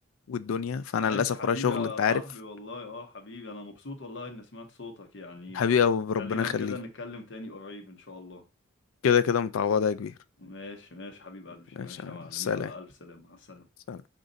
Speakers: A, on the left; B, on the left.
A: والدنيا فانا
B: عايش
A: للاسف
B: حبيبي
A: ورايا شغل
B: يا
A: انت
B: صاحبي
A: عارف
B: والله اه حبيبي أنا مبسوط والله إني سمعت صوتك يعني
A: حبيبي يا ابو ربنا
B: خلينا
A: يخليك
B: كده نتكلم تاني قريب إن شاء الله
A: كده كده متعوضة يا كبير
B: ماشي ماشي حبيب قلبي
A: ماشي
B: ماشي يا معلم
A: سلام
B: يلا ألف سلامة على السلامة
A: سلام